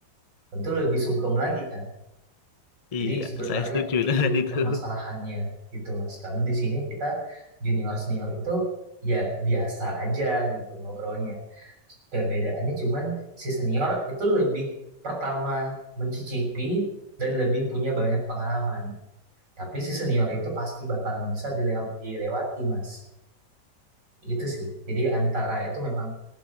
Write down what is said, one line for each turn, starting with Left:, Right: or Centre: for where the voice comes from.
Right: tentu lebih sungkem lagi kan. Jadi
Left: Iya,
Right: sebenarnya
Left: saya setuju
Right: itu
Left: dengan itu.
Right: permasalahannya gitu Mas. Karena di sini kita junior senior itu ya biasa aja gitu ngobrolnya. Perbedaannya cuman si senior itu lebih pertama mencicipi dan lebih punya banyak pengalaman. Tapi si senior itu pasti bakalan bisa dilew- dilewati Mas. Itu sih. Jadi antara itu memang